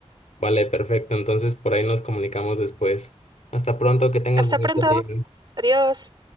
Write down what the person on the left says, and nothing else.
Vale, perfecto. Entonces por ahí nos comunicamos después. Hasta pronto, que tengas
bonito
día.